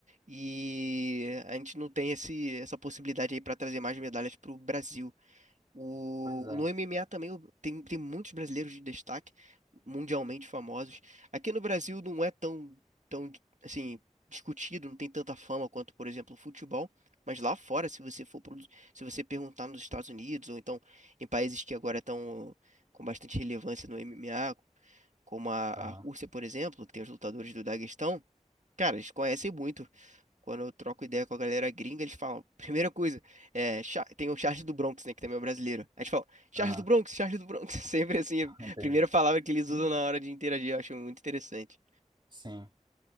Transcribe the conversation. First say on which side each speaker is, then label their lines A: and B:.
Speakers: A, on the right; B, on the right.
A: e a gente não tem esse, essa possibilidade aí pra trazer mais medalhas pro Brasil. O,
B: Pois é.
A: no MMA também o- tem, tem muitos brasileiros de destaque, mundialmente famosos. Aqui no Brasil não é tão, tão, assim, discutido, não tem tanta fama quanto, por exemplo, o futebol. Mas lá fora, se você for, pro- se você perguntar nos Estados Unidos, ou então em países que agora estão com bastante relevância no MMA, como a, a
B: Aham.
A: Rússia, por exemplo, que tem os lutadores do Daguestão, Cara, eles conhecem muito. Quando eu troco ideia com a galera gringa, eles falam, <laughs> primeira coisa, é, Cha- tem o Charles do Bronx, né, que também é um brasileiro. A gente fala, Charles
B: Aham.
A: do Bronx, Charles do Bronx, <laughs> sempre assim,
B: <laughs>
A: é
B: Entendi.
A: a primeira palavra que eles usam na hora de interagir, eu acho muito interessante.
B: Sim.